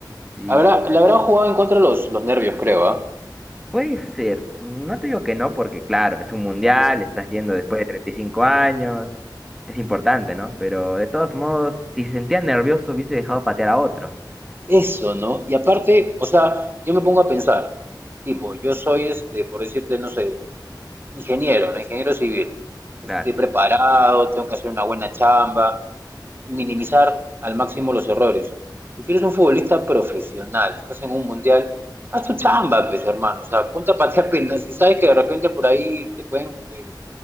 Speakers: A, in the centre; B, on the right.
A: Sí.
B: Habrá, le habrán jugado en contra los, los nervios, creo, ¿ah?
A: Puede ser, no te digo que no, porque claro, es un mundial, estás yendo después de 35 años, es importante, ¿no? Pero de todos modos, si se sentía nervioso, hubiese dejado patear a otro,
B: Eso, ¿no? Y aparte, o sea, yo me pongo a pensar, tipo, yo soy, este, por decirte, no sé, ingeniero, ¿no? Ingeniero civil. Entonces
A: claro.
B: estoy preparado, tengo que hacer una buena chamba, minimizar al máximo los errores. Si tú eres un futbolista profesional, estás en un mundial, haz tu chamba, pues hermano, o sea, ponte a patear penales. Si sabes que de repente por ahí te pueden eh,